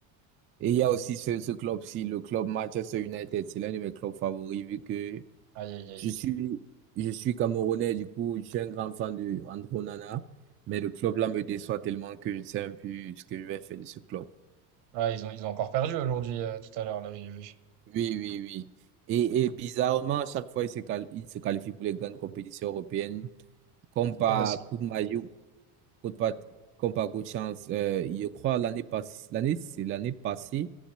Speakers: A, on the right (about 30°); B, on the right (about 60°).
A: Et il y
B: Et,
A: a aussi ce, ce club-ci, le club Manchester United. C'est l'un de mes clubs favoris vu que
B: aïe, aïe, aïe.
A: Je suis, je suis Camerounais, du coup, je suis un grand fan de Andro Nana, mais le club là me déçoit tellement que je ne sais même plus ce que je vais faire de ce club.
B: Ouais, ils ont, ils ont encore perdu aujourd'hui, euh, tout à l'heure, là, j'ai vu.
A: Oui, oui, oui. Et, et bizarrement, à chaque fois, il se, qual- il se qualifie pour les grandes compétitions européennes. Comme par
B: Ouais, parce que,
A: coup de magie, ou coup de pat- comme par coup de chance, euh, je crois l'année passée, l'année, c'est l'année passée,